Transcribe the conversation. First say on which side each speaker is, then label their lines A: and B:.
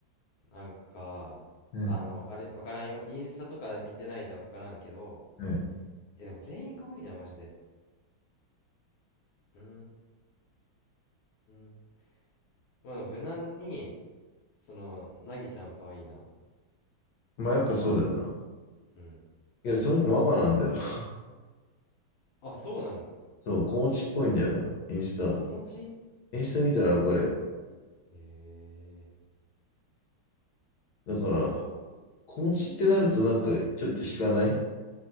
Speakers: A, on the left; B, on the left.
A: なんか、
B: はい
A: あの、あれ、わからんよ。インスタとか見てないでわからんけど、
B: はい
A: え、でも全員可愛いな、マジで。うーん。まあ、でも無難に、その、なぎちゃん可愛いな。
B: まあやっぱそうだよな。
A: うん。
B: いや、その子ママなんだよ。<laughs>
A: あ、そうなの。
B: そう、子持ちっぽいんだよな、インスタ。
A: 子持ち
B: インスタ見たらわかるよ。
A: え
B: だから、
A: ー。あとは、
B: 子持ちってなるとなんかちょっと引かない